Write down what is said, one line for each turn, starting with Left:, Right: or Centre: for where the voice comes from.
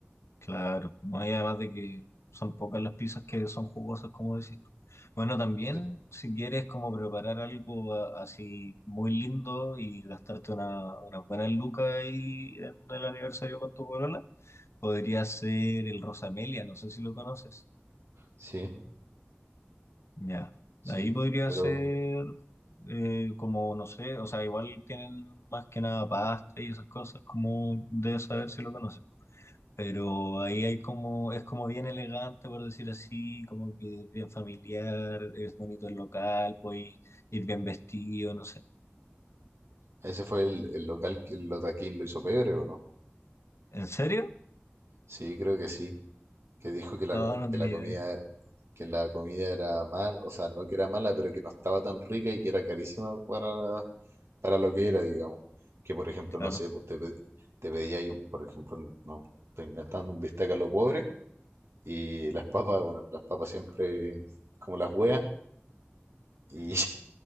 Left: Claro, no hay además de que son pocas las pizzas que son jugosas, como decís tú. Bueno, también
Right: Sí,
Left: si quieres como preparar algo a- así muy lindo y gastarte una, una buena luca ahí en el aniversario con tu polola, podría ser el Rosamelia, no sé si lo conoces.
Right: sí,
Left: Ya,
Right: sí.
Left: ahí podría
Right: Pero
Left: ser eh, como, no sé, o sea, igual tienen más que nada pasta y esas cosas, como debes saber si lo conoces. Pero ahí hay como, es como bien elegante, por decir así, como que bien familiar, es bonito el local, puedes ir bien vestido, no sé.
Right: ese fue el, el local que el Lotaquín lo hizo pebre, ¿o no?
Left: ¿En serio?
Right: Sí, creo que sí. que dijo que la,
Left: No, no
Right: que
Left: tenía
Right: la comida,
Left: idea.
Right: que la comida era mal, o sea, no que era mala, pero que no estaba tan rica y que era carísima para, para lo que era, digamos. Que por ejemplo,
Left: Claro,
Right: no sé, pues te, pe- te pedía yo, por ejemplo, no, estoy inventando un bistec a lo pobre y las papas, bueno, las papas siempre como las hueas y,